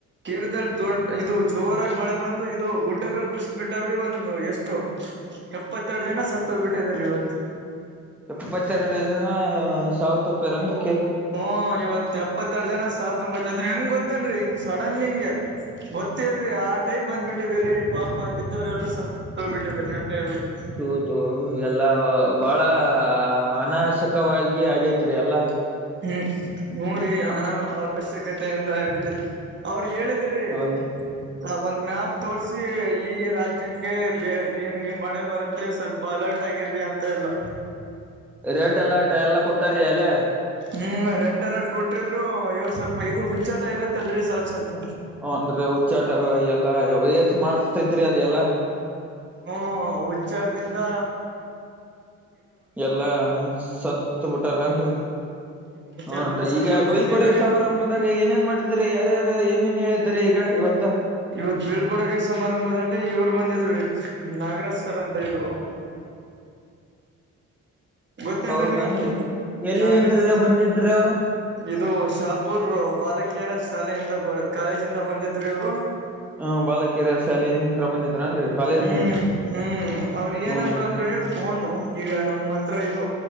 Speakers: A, on the right; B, in the centre.
A: ಕೇಳಿದಲ್ಲಿ ದೊಡ್ಡ ಇದು ಜೋರ ಮಳೆ ಬಂದು ಇದು ಗುಡ್ಡಗಳು ಕುಸ್ ಬಿಿಟ್ಟವ್ರಿ ಒಂದು ಎಷ್ಟು ಎಪ್ಪತ್ತೆರಡು ಜನ ಸತ್ತ ಹೋಗ್ಬಿಟ್ಟಿದ ಇವತ್ತು
B: ಇಪ್ಪತ್ತೆರಡು ಜನ ಸಾವವು ತೊಪ್ಪ್ಯಾರನ್ರಿ
A: ಹಓ ಇವತ್ಪ್ಪತ್ತೆರಡು ಜನ ಸಾವಿರ ತುಂಬತ್ದ್ರ ಹೆಂಗ ಗೊತ್ತೇನ್ರರಿ ಸಡನ್ ನಿಂಗೆ ಗೊತ್ತೇಲ್ರರಿ ಆ ಟೈಪ್ ಬಂದ್ಬಿಟ್ಟಿದ್ರೀ ಪಾಪ ಅಲ್ಲಿಿದ್ದವ್ರ ಎಲ್ರು ಸ ಹೋಗ್ಬ ಬಿಟ್ಟಿದ್ರರಿ ಹಂಗ ಆಗ್ಬಿಟ್ಟಿದ್ರಿ
B: <unintelligible> ಎಲ್ಲ ಬಾಳ ಹ ಅನಶ್ಯಕವಾಗಿ ಆಗೇತ್ರಿ ಎಲ್ಲ
A: ಹ್ಮ್ ಹು ರಿ ಅನ ಅವಶ್ಯಕತೆಯಿಂದ ಹಬಿಟ್ಟಿದ್ರಿ ಅವ್ರ ಹೇಳಿದ ದ್ರಿ
B: ಹೌದು
A: ನ ಒಂದ್ ಮ್ಯಾಪ್ ತೋರಿಸಿ ಈ ರಾಜ್ಯಕ್ಕೆ ಹೆಂಗಗೆ ಮಳೆ ಬರುತ್ತೆ ಸ್ವಲ್ಪ ಅಲರ್ಟ್ ಟಗರಿ ಅಂತ ಎಲ್ಲ
B: ರೆಡ್ ಅಲರ್ಟ್ ಎಲ್ಲಾ ಕೊಟ್ಟಾರೀ ಅಲೆ
A: ಹ್ಮ್ ರೆಡ್ ಅಲರ್ಟ್ ಕೊಟ್ರಿದ್ರು ಎವ ಸ್ವಲ್ಪ ಇದು ಹುಚ್ಚಾಟ ಇರತ್ತಲ್ರಿೀ ಸ್ವಲ್ಪ ಸ್ವಲ್ಪ
B: ಹ್ನ್ ಹುಚ್ಚಾಟ ಎಲ್ಲಾ ವಯಸ್ ಮಾಡಸ್ತ ಇದ್ರಿ ಅದೆ ಎಲ್ಲಾ
A: ಹ್ಮ್ ಹುಚ್ಚಾರದಿಂದ
B: ಎಲ್ಲಾ ಸತ್ ಬಿಟಾರ ನ್ರಿ
A: ಹ್ಮ್ ವಿಚಾರದಿಂದ
B: ಹ್ನ್
A: ಸತ್ತ
B: ಈಗ
A: ಮತ್ತ
B: ಬಿಲ್ಕಡೆಗೆ
A: ಇದು ರೀ
B: ಸಮಾರಂಭದಾಗ ಏನೇನ್ ಮಾಡಿದ್ರಿ ಯಾರ್ಯಾರು ಏನೇನ್ ಹೇಳ ಆದ್ರೆ ಈಗ ಇವತ್ತ
A: ಇವತ್ ಬೀಳ್ಕೊಡುಗೆ ಸಮಾರಂಭದಲ್ಲಿ ಇವ್ರು ಬಂದಿದ್ರು ನಾಗರಾಜ ಸರ್ ಅಂತ ಇದು ಗೊತ್ತೇನ್ರಿ
B: ಹೌದನ್ರಿ
A: ನಿಂಗ
B: ಎಲ್ಲಿಂತ್ರ
A: ನಾಗರಾಜ್
B: ಬಂದಿದ್ರಿ ಅವ್ರ
A: ಇದು ಶಾಪುರ್ ಬಾಲಕಿಯರ ಶಾಲೆಯಿಂದ ಕಾಲೇಜಿಂದ ಬಂದಿದ್ರಿ ಇವರು
B: ಹ ಬಾಲಕಿರ ಶಾಲೆಲಿಂತ ಬಂದಿದ್ರನ್ರಿ ಕಾಲೇಜ್ಲಿಂತ
A: ಹ್ಮ್ ಹ್ಮ್ ಅವ್ರ
B: ಹು
A: ಏನಂದ್ರು
B: ರಿ
A: ಅಂದ್ರೆ ಫೋನು ಈಗ ನಮ್ಮ್ ಹತ್ರ ದು